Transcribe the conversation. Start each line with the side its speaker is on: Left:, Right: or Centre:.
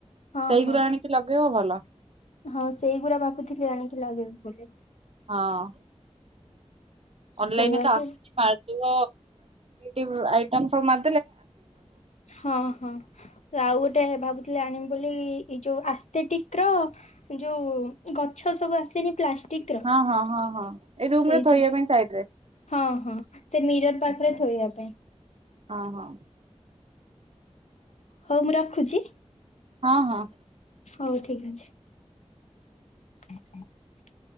Left: ହଁ
Right: ସେଇଗୁରା
Left: ହଁ
Right: ଆଣିକି ଲଗେଇବ ଭଲ ଲ
Left: ହଁ ସେଇଗୁଡା ଭାବୁଥିଲି ଆଣିକି ଲଗେଇବି ବୋଲି।
Right: ହଁ ଅନଲାଇନ
Left: ସେଇଆକୁ
Right: ତ ଆସୁଛି ମାରି ଦବ ଯୋ ଆଇଟମ ସବୁ ମା
Left: ହଁ ହଁ ଆଉ ଗୋଟେ ଭାବୁ ଆଣିବ ବୋଲି ଏ ଯୋଉ ଆସ୍ତେଟିକ ର ଯୋଉ ଗଛ ସବୁ ଆସନି ପ୍ଲାଷ୍ଟିକ ର
Right: ହଁ ହଁ ହଁ ହଁ ଏଇ ରୁମ
Left: ସେଇଥିରୁ
Right: ର ଥୋଇବା ପାଇଁ ସାଇଡ ରେ
Left: ହଁ ହଁ, ସେ ମିରର ପାଖରେ
Right: ଆଚ୍ଛା
Left: ଥୋଇବା ପାଇଁ
Right: ହଁ ହଁ,
Left: ହଉ ମୁଁ ରଖୁଛି,
Right: ହଁ ହଁ,
Left: ହଉ ଠିକ୍ ଅଛି। ହ ହ <inaudible>